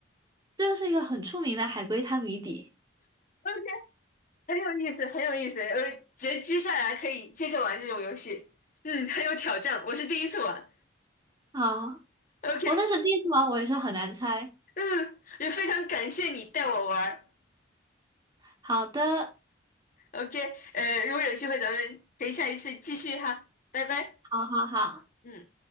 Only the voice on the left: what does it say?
，OK，很有意思，很有意思，我觉得接下来可以接着玩这种游戏，嗯，很有挑战，我是第一次玩
，OK，
嗯，也非常感谢你带我玩
，OK，呃，如果有机会咱们可以下一次继续哈，拜拜，
嗯。